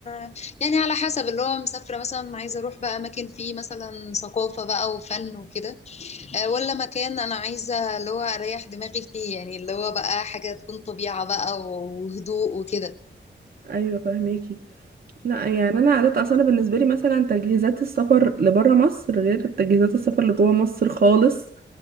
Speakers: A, on the left (about 35°); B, on the right (about 50°).
A: آه، يعني على حسب اللي هو مسافرة مثلا عايزة أروح بقى أماكن فيه مثلا ثقافة بقى وفن وكده أه ولا مكان أنا عايزة اللي هو أريح دماغي فيه يعني اللي هو بقى حاجة تكون طبيعة بقى وهدوء وكده
B: ايوه فهميكي لا يعني انا عادة اصلا بالنسبة لي مثلا تجهيزات السفر لبرا مصر غير تجهيزات السفر لجوه مصر خالص